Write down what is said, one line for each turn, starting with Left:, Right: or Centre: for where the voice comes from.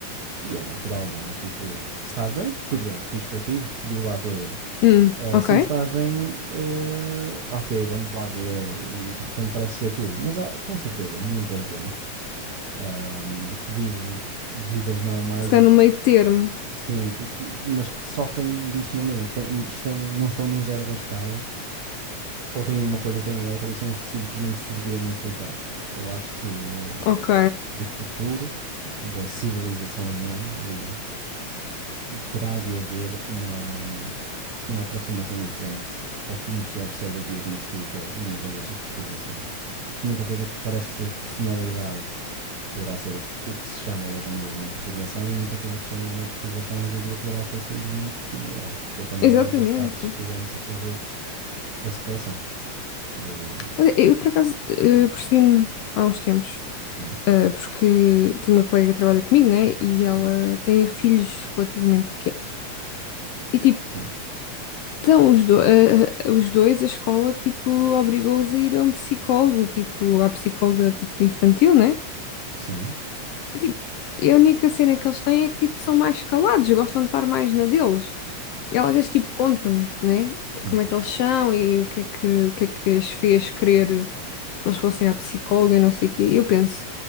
Right: E é natural, não é? Tipo, se estás bem, tudo bem, fiz para ti, vive lá a tua vida.
Left: Hum,
Right: Ah,
Left: ok.
Right: se não estás bem, eh, ok, vamos lá ver, e de repente parece ser tudo. Mas há com certeza muita gente ahm, que vive vidas normais
Left: Se calhar
Right: e que,
Left: no meio termo.
Right: sim, e que- mas que sofrem disso na mesma. Têm- estão, não estão no zero da escala, ou têm uma coisa ou têm outra, e são simplesmente subdiagnosticados. Eu acho que
Left: Ok,
Right: no futuro da civilização humana, digamos terá de haver uma, uma aproximação diferente a como se observa e diagnostica muitas destas perturbações. Porque muita coisa que parece ser personalidade poderá ser o que se chama hoje em dia de uma perturbação e muita coisa que se chama de uma perturbação hoje em dia poderá ser simplesmente personalidade, que foi também
Left: exatamente.
Right: uma das partes que tivemos a fazer da separação do...
Left: Olha, Eu, por acaso, eh,
Right: diz.
Left: percebi-me há uns tempos,
Right: Sim,
Left: eh, porque tenho uma colega que trabalha comigo, né? E
Right: sim,
Left: ela tem filhos relativamente pequenos. E, tipo,
Right: sim,
Left: então os, do- eh, eh, os dois, a escola, tipo, obrigou-os a ir a um psicólogo, tipo, à psicóloga, tipo, infantil, né?
Right: sim,
Left: tipo, a única cena que eles têm é que, tipo, são mais calados, gostam de estar mais na deles. E ela às vezes, tipo, conta-me, né?
Right: sim,
Left: Como é que eles são e o que é que, o que é que as fez querer que eles fossem à psicóloga e não sei o quê. E eu penso,